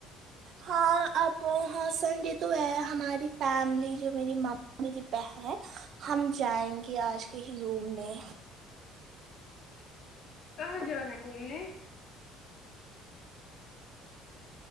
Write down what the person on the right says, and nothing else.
ہاں اب ہاں سنڈے تو ہے ہماری فیملی جو میری م میری بہن ہم جائیں گے آج کہی گھومنے